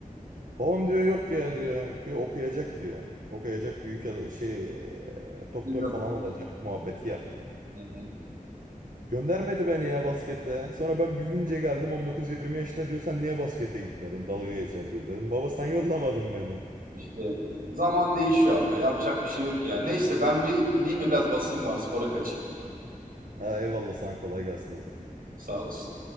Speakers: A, on the right; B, on the right.
A: Babam diyor yok ya diyor. Diyor okuyacak diyor. Okuyacak büyük ada- şey eee, doktor
B: Bir de-
A: falan olacak muhabbeti yaptı.
B: Hı hı.
A: Göndermedi beni ya baskete. Sonra ben büyüyünce geldim 19-20 yaşında diyor sen niye baskete gitmedin? Dalga geçer gibi dedim. Baba sen yollamadın beni.
B: İşte zaman değişiyor abi. Yapacak bir şey yok ya. Neyse ben bir gideyim de biraz basayım var spora kaçayım.
A: Ha, eyvallah sana kolay gelsin o zaman.
B: Sağ olasın.